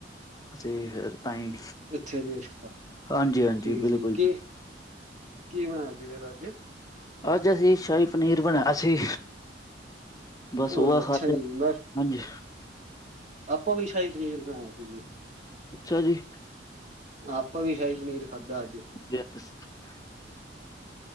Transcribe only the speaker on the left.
ਤੇ ਫਿਰ ਤਾਂਈ
ਹਾਂਜੀ-ਹਾਂਜੀ,
ਬਿਲਕੁਲ।
ਅੱਜ ਅਸੀਂ ਸ਼ਾਹੀ ਪਨੀਰ ਬਣਾਯਾ ਸੀ। ਬਸ
ਓਆ
ਖਾਦੇ,
ਹਾਂਜੀ।
ਅੱਛਾ ਜੀ।
<unintelligible>